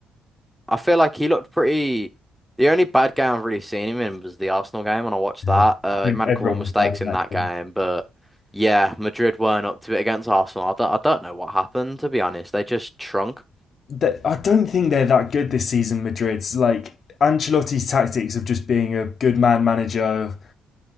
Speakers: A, in the centre; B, on the left (about 55°).
A: I feel like he looked pretty. The only bad game I've really seen him in was the Arsenal game when I watched
B: Yeah.
A: that. Uh, he made
B: Everyone
A: a couple of mistakes
B: was bad in
A: in
B: that
A: that
B: game.
A: game, but yeah, Madrid weren't up to it against Arsenal. I don't, I don't know what happened, to be honest. They just shrunk.
B: That I don't think they're that good this season. Madrid's like Ancelotti's tactics of just being a good man manager,